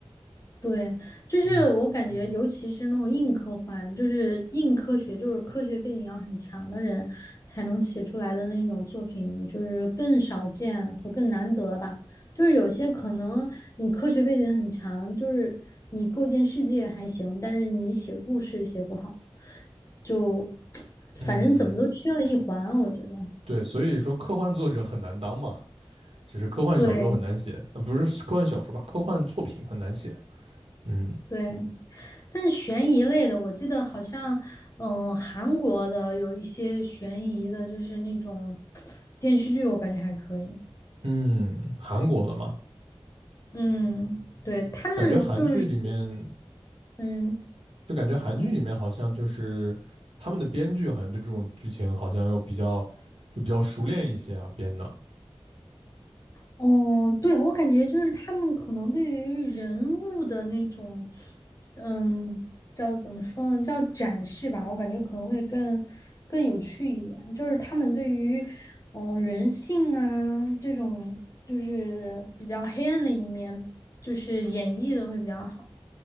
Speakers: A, on the left (about 35°); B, on the right (about 85°).
A: 对，就是我感觉，
B: 嗯
A: 尤其是那种硬科幻，就是硬科学，就是科学背景要很强的人才能写出来的那种作品，就是更少见和更难得吧。就是有些可能你科学背景很强，就是你构建世界还行，但是你写故事写不好，就 <tsk> 反正怎么都缺了一环啊，
B: 嗯，
A: 我觉得。
B: 对，所以说科幻作者很难当嘛，只是科幻小说很难写，
A: 对，
B: 呃，不是科幻小说吧，科幻作品很难写。嗯
A: 对，但是悬疑类的，我记得好像，嗯、韩国的有一些悬疑的，就是那种电视剧，我感觉还可以。
B: 嗯，韩国的嘛，
A: 嗯，对，他们就是写，
B: 感觉韩剧里面
A: 嗯，
B: 就感觉韩剧里面好像就是他们的编剧好像对这种剧情好像又比较
A: 你
B: 就比较熟练一些啊编的。
A: 哦，对，我感觉就是他们可能对于人物的那种，嗯，叫怎么说呢，叫展示吧，我感觉可能会更更有趣一点。就是他们对于，嗯，人性啊这种，就是比较黑暗的一面，就是演绎的会比较好。